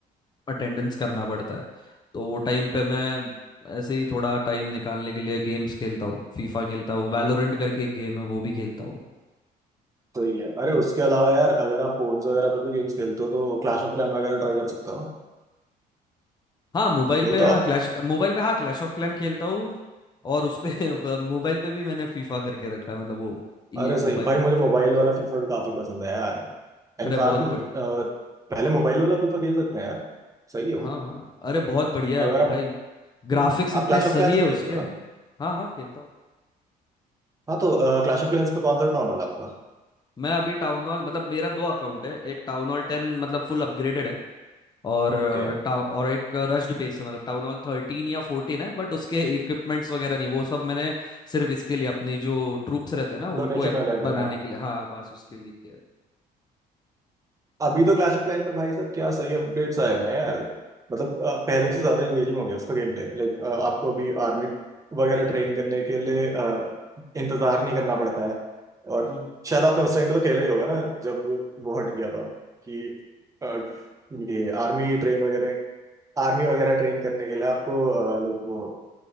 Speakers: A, on the left (about 25°); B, on the right (about 20°).
A: अटेंडेंस करना पड़ता है तो वो टाइम पे मैं ऐसे ही थोड़ा टाइम निकालने के लिए गेम्स खेलता हूँ फीफा खेलता हूँ वैलोरेंट करके एक गेम है वो भी खेलता हूँ
B: सही है अरे उसके अलावा यार अगर आप फोन्स वगैरह पर भी गेम्स खेलते हो तो क्लैश ऑफ क्लैन वगैरह ट्राई कर सकते हो ना
A: हाँ मोबाइल
B: खेलते
A: पे हाँ
B: हो आप
A: क्लैश मोबाइल पे हाँ क्लैश ऑफ क्लैन खेलता हूँ और उसपे <laughs> मोबाइल पे भी मैंने फीफा करके रखा है मतलब वो ये
B: अरे
A: मोबाइल
B: सही भाई मुझे मोबाइल वाला फीफा भी काफी पसंद है यार इनफैक्ट
A: अरे बहुत
B: पहले मोबाइल वाला फीफा खेल सकते हैं यार सही है
A: हाँ
B: वो
A: हाँ अरे बहुत बढ़िया है
B: अगर
A: वो
B: आप
A: भाई ग्राफिक्स
B: हम्म, आप
A: इतने
B: क्लैश
A: सही
B: ऑफ क्लैंस
A: है
B: पे
A: उसके
B: खेलते हो
A: हाँ
B: ना
A: हाँ खेलता हूँ
B: हाँ तो क्लैश ऑफ क्लैंस पे कौन सा टाउन वाला आपका
A: मैं अभी टाउन हॉल मतलब मेरा दो अकाउंट है एक टाउन हॉल टेन मतलब फुल अपग्रेडेड है और अ,
B: ओके
A: टा, और एक रश्ड बेस है मतलब टाउन हॉल थर्टीन या फोर्टीन है बट उसके इक्विपमेंट्स वगैरह नहीं वो सब मैंने सिर्फ इसके लिए अपनी जो ट्रूप्स रहते हैं ना
B: डोनेशन
A: उनको एक
B: वगैरह के लिए
A: बनाने
B: हाँ
A: के लिए हाँ बस उसके लिए किया है
B: अभी तो क्लैश ऑफ क्लैन पे भाई साहब क्या सही अपडेट्स आए हुए हैं यार मतलब अ, पहले से ज्यादा एंगेजिंग हो गया उसका गेम प्ले लाइक आपको अभी आर्मी वगैरह ट्रेन करने के लिए अ, इंतजार नहीं करना पड़ता है और
A: हम्म हम्म।
B: शायद आपने उस टाइम पे तो खेला ही होगा ना जब वो हट गया था कि अ, ये आर्मी ट्रेन वगैरह आर्मी वगैरह ट्रेन करने के लिए आपको लाइक वो